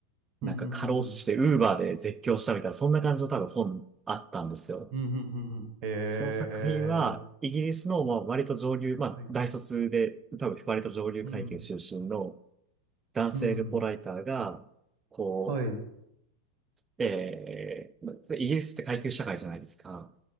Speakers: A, on the right; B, on the right.
A: うん、
B: なんか過労死してウーバーで絶叫したみたいな、
A: うん、うん、うん、
B: そんな感じの多分本あったんですよ。
A: うん、うんうんへ
B: その作品は、
A: え、
B: イギリスのまあ割と上流、まあ大卒で、
A: はい、
B: 多分割と上流階級出身の
A: うん、
B: 男性ルポライターが、
A: うん、
B: こ
A: はい、
B: う、えーまあイギリスって階級社会じゃないですか。